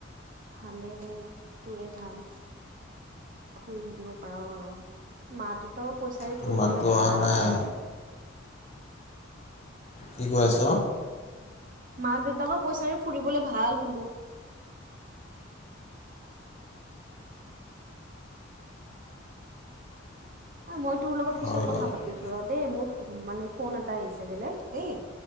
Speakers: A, on the right; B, on the left.
A: ভালেই দে, তোৰে ভাল, ফুৰি থাকিব পাৰ আৰু। মা দে ত পইছাৰে
B: তোৰ
A: ফুৰিবলে
B: মাতটো
A: ভাল
B: অহা নাই কি কৈ আছ?
A: মাক দেউতাকৰ পইচাৰে ফুৰিবলে ভাল বোলো। ঐ মই তোৰ লগত পিছত
B: হয়
A: কথা
B: বাৰু
A: পাতিছো ৰ দেই, মোৰ মানে ফোন এটা আহিছে বেলেগ, দেই।